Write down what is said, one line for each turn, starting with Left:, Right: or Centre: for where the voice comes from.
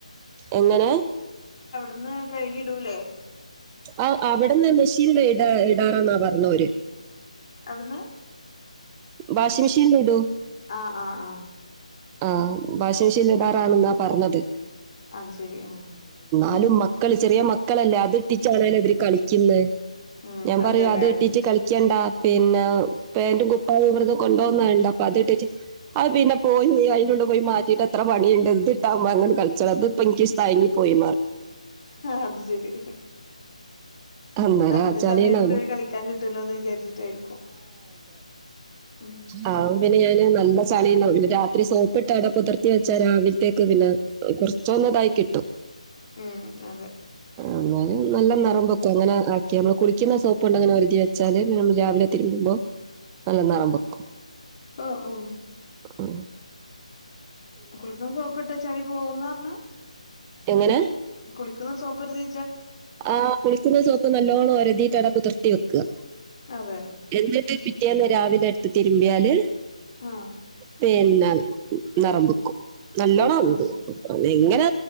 Right: എങ്ങനെ
Left: അന്ന് കഴുകിടൂലേ
Right: ആ അവിടെന്ന് മെഷീന ഇടാ ഇടാറാന്നാ പറഞ്ഞോര്
Left: എവിടന്ന്
Right: വാഷിംഗ് മെഷീൻ ഇടൂ
Left: ആഹ് ആഹ് ആ
Right: ആ ഭാഷണശീലദാറാണെന്നാ പറഞ്ഞത്
Left: അത് ശെരി ആ
Right: ന്നാലും മക്കള് ചെറിയ മക്കളല്ലേ അത്ട്ടിച്ചാണലോ ഇതിര് കളിക്കുന്നത്
Left: ഉം
Right: ഞാൻ
Left: അതെല്ലേ
Right: പറയൂ അത് ഇട്ടീട്ട് കളിക്കണ്ടാ പിന്നെ പാന്റും കു അ വ്രതം കൊണ്ടോവ്ന്നെ കണ്ട് അപ്പൊ അതിട്ട അത് പിന്നെ പോയി അതിനുള്ള പോയി മാറ്റിയിട്ട് അത്ര പണിയുണ്ട് ഇട്ട്പോ അങ്ങന കള ഇത് ഇപ്പൊ ഇന്കി തയങ്ങി പോയി
Left: ആ അത് ശരി
Right: അന്നേരം
Left: അത്ര
Right: ആ ചളിയുണ്ടാവും.
Left: സമയം കൂടി ഒരു കളിക്കാൻ കിട്ടല്ലോ എന്ന് വിചാരിച്ചിട്ടായിരിക്കും ഉം
Right: ആ പിന്നെ ഞാന് നല്ല ചളി പിന്നെ രാത്രി സോപ്പിട്ടാട പുതിർത്തി വെച്ചാ രാവിലെ ത്തേക്ക് പിന്നെ കുറച്ചന്ന ഇതായി കിട്ടും
Left: ഉം അതെ
Right: ആഹ് എന്നാലും നല്ല നെറം വെക്കും അങ്ങനെ ആക്കിയ നമ്മള് കുളിക്കുന്ന സോപ്പ് ഉണ്ട് അങ്ങനെ ഒരതി വെച്ചാല് നമ്മള് രാവിലെ തിരുമ്പുമ്പോ നല്ല നെറം വെക്കും
Left: ആഹ ആഹ
Right: ആ
Left: കുളിക്കുമ്പോ സോപ്പ് ഇട്ടാൽ ചളി പോവുന്ന പറഞ്ഞ
Right: എങ്ങനെ
Left: കുളിക്കുന്ന സോപ്പ് ഒരതി
Right: ആ കുളിക്കുന്ന സോപ്പ് നല്ലോണ്ണം ഉരതിയിട്ട് അട പുതിർത്തി വെക്കുക
Left: അതെ
Right: എന്നിട്ട് പിറ്റേന്ന് രാവിലെ തിരുമ്പിയാല്
Left: ആഹ്
Right: പിന്നെ നിറംമ്പക്കും നല്ലോണം ഉണ്ട്
Left: അത് ശരി
Right: എങ്ങനെ